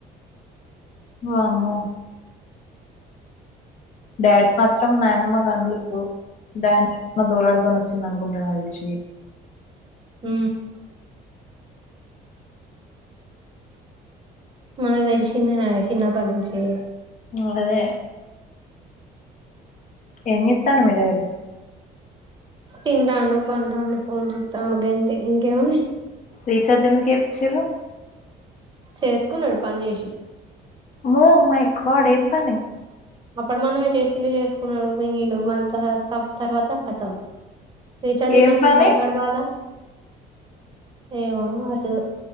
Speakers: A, on the left (about 50°); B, on the right (about 30°).
A: వామ్మో డాడీకి మాత్రం నాయనమ్మ గనలేదు డాన్ని ఎన్నో దోలాడుకొని వచ్చింది అనుకుంటున్నా నాకు తెలిషి
B: ఊ మన తెలిసిందే నాయే చిన్నప్పటి నుంచి
A: అదే ఏం జేతండు మీ డాడీ
B: తింటండు పంటండు పొర్లుతాండు గంతే ఇంకేముంది
A: రీఛార్జ్ ఎందుకు చేయిచ్చారు
B: చేసుకున్నాడు పని చేసి
A: ఓ మై గాడ్ ఏం పని
B: అప్పుడి మందమే చేసిండు చేసుకున్నాడు మింగిండు మళ్ళ త తర్వాత కతం రీచార్జు
A: ఏం
B: ఉన్నంక
A: పని
B: ఇంకా ఎక్కడ బాధ ఏవొ ఏదో